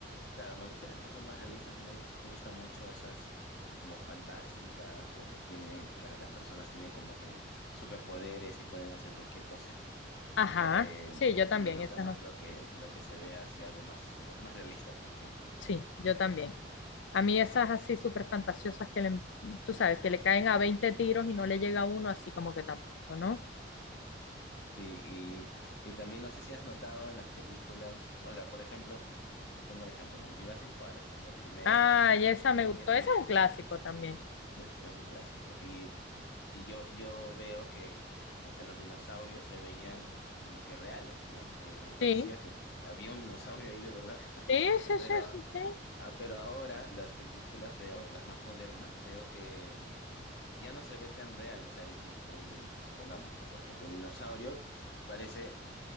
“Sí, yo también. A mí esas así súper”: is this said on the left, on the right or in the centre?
Left